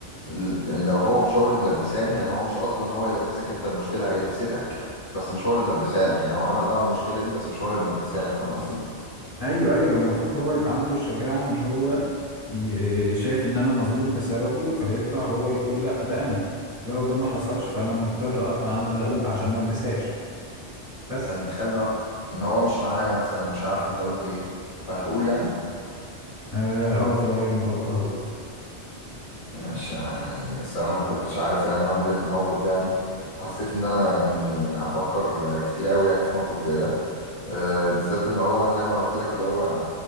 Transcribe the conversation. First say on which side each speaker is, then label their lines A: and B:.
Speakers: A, on the left (about 20°); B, on the left (about 35°).
A: ال- يعني لو هو مش هو اللي ملبساني يعني هو مش قصده ان هو يلبسك انت المشكله هي لبستك بس مش هو اللي ملبسها لك يعني هو عمل اول المشكله دي بس مش هو اللي ملبسها لك فاهم قصدي؟
B: ايوه ايوه المفروض هو يبقى عنده الشجاعة ان هو ي- شايف ان انا مظلوم بسببه فيطلع هو يقول لا ده انا لو ده ما حصلش فانا مضطر اطلع انا اللي اقول عشان ما البسهاش بس
A: انت متخيل ان هو إن هو مش معانا مثلا ومش عارف انت قلت ايه فهتقول يعني
B: اه آه، في الغالب برضه هقول
A: ماشي انا يعني الصراحه ما كنتش عارف يعني هعمل ايه في الموقف ده يعني حسيت ان انا يعني هفكر كتير قوي يعني في موقف زي ده أه بالذات ان هو انا زي ما قلت لك اللي هو